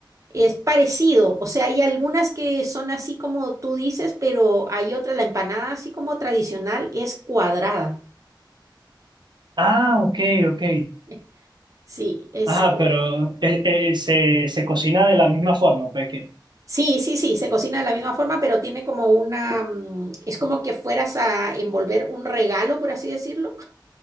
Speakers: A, on the right; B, on the right.
A: es parecido. O sea, hay algunas que son así como tú dices, pero hay otra, la empanada, así como tradicional, es cuadrada.
B: Ah, ok, ok.
A: <laughs> Sí, es,
B: Ajá, pero eh, eh, se, se cocina de la misma forma, pues que
A: sí, sí, sí, se cocina de la misma forma, pero tiene como una, mm, es como que fueras a envolver un regalo, por así decirlo